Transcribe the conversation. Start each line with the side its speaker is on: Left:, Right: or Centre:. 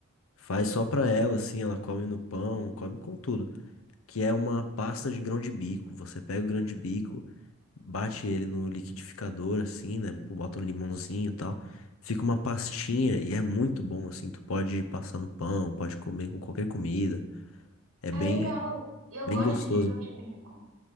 Left: Faz só pra ela, assim, ela come no pão, come com tudo. Que é uma pasta de grão de bico. Você pega o grão de bico, bate ele no liquidificador, assim, né? Bota um limãozinho e tal. Fica uma pastinha e é muito bom, assim. Tu pode passar no pão, pode comer com qualquer comida. É
Right: Ah,
Left: bem,
Right: legal. Eu
Left: bem
Right: gosto
Left: gostoso.
Right: de grão de bico.